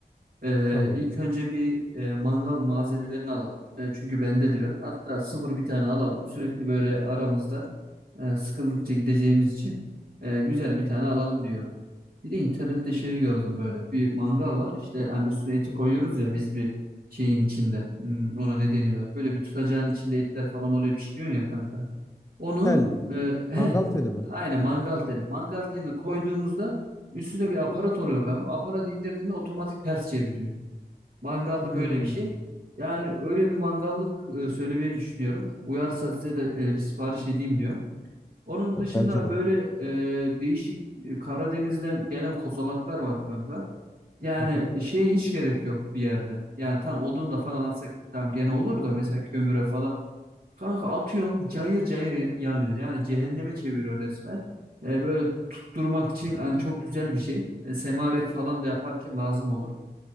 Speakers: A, on the right (about 65°); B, on the left (about 20°).
A: Ee,
B: Tamam.
A: ilk önce bir e, mangal malzemelerini alalım. E, çünkü bende de yok. Hatta sıfır bir tane alalım. Sürekli böyle aramızda e, sıkıldıkça gideceğimiz için e, güzel bir tane alalım diyorum. Bir de internette şey gördüm böyle. Bir mangal var. İşte hani üstüne eti koyuyoruz ya biz bir şeyin içinde. Hmm, ona ne deniyorlar? Böyle bir tutacağın içinde etler falan oluyor pişiriyorsun ya kanka. Onu
B: Tel.
A: e, heh,
B: Mangal teli mi?
A: aynen mangal teli. Mangal telini koyduğumuzda Üstünde bir aparat oluyor kanka. Aparatı indirdiğinde otomatik ters çeviriyor. Mangallık
B: Hmm.
A: öyle bir şey. Yani öyle bir mangallık e, söylemeyi düşünüyorum. Uyarsa size de e, bir sipariş edeyim diyorum. Onun
B: Ya
A: dışında
B: bence de.
A: böyle e, değişik e, Karadeniz'den gelen kozalaklar var kanka. Yani
B: Hı hı.
A: şeye hiç gerek yok bir yerde. Yani tam odun da falan atsak tamam gene olur da mesela kömüre falan. Kanka atıyorsun cayır cayır yanıyor. Yani cehenneme çeviriyor resmen. E, böyle tutturmak için hani çok güzel bir şey. E, semaver falan da yaparken lazım olur.